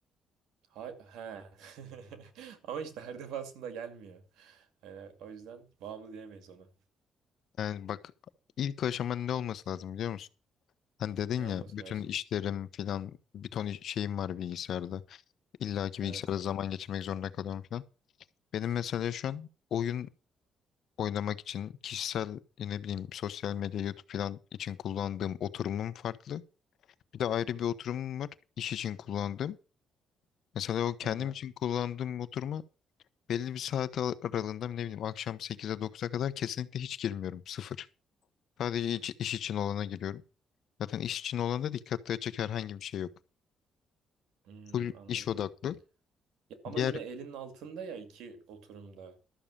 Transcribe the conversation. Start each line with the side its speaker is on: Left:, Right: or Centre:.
Right: Ha, he. <laughs> Ama işte her defasında gelmiyor. Yani o yüzden bağımlı diyemeyiz ona.
Left: Yani bak ilk aşama ne olması lazım biliyor musun? Hani dedin
Right: Ne
Left: ya
Right: olması
Left: bütün
Right: lazım?
Left: işlerim filan bir ton iş- şeyim var bilgisayarda. İlla ki
Right: Evet.
Left: bilgisayarda zaman geçirmek zorunda kalıyorum filan. Benim mesela şu an oyun oynamak için kişisel ne bileyim sosyal medya YouTube filan için kullandığım oturumum farklı. Bir de ayrı bir oturumum var. İş için kullandığım. Mesela o kendim
Right: Hı hı.
Left: için kullandığım oturuma belli bir saat ar- aralığında ne bileyim akşam sekiz'e dokuz'a kadar kesinlikle hiç girmiyorum. Sıfır. Sadece iç- iş, için olana giriyorum. Zaten iş için olanda dikkat dağıtacak herhangi bir şey yok.
Right: Hmm,
Left: Full
Right: anladım.
Left: iş odaklı.
Right: Ya ama
Left: Diğer
Right: yine elinin altında ya iki oturumda.